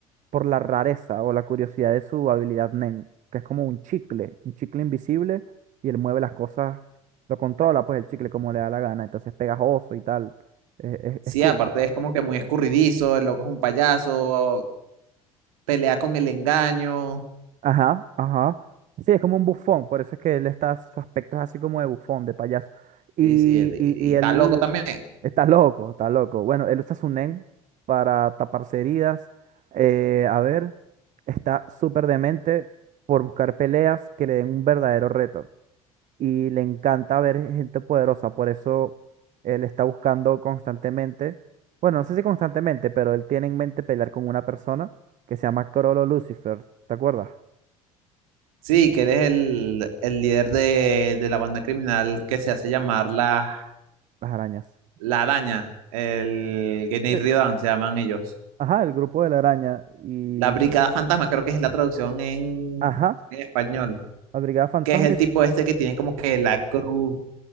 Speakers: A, on the right; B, on the right.
A: por la rareza o la curiosidad de su habilidad Nen, que es como un chicle, un chicle invisible y él mueve las cosas, lo controla pues el chicle como le da la gana, entonces es pegajoso y tal. Eh, es
B: Sí,
A: es cool.
B: aparte es como que muy escurridizo, el loco es un payaso, pelea con el engaño,
A: Ajá, ajá. Sí, es como un bufón, por eso es que él está, su aspecto es así como de bufón, de payaso. Y,
B: sí, sí,
A: y,
B: y
A: y
B: está
A: él
B: loco también.
A: está loco, está loco. Bueno, él usa su nen para taparse heridas. Eh, a ver, está súper demente por buscar peleas que le den un verdadero reto. Y le encanta ver gente poderosa, por eso él está buscando constantemente, bueno, no sé si constantemente, pero él tiene en mente pelear con una persona que se llama Crollo Lucifer, ¿te acuerdas?
B: Sí, que eres el, el líder de, de la banda criminal que se hace llamar la,
A: Las arañas.
B: la Araña, el Gennai
A: Eh,
B: Ridan se llaman ellos.
A: Ajá, el grupo de la araña. Y.
B: La Brigada Fantasma creo que es la traducción en,
A: Ajá,
B: en español,
A: la Brigada Fantasma
B: que es el
A: es.
B: tipo este que tiene como que la cruz,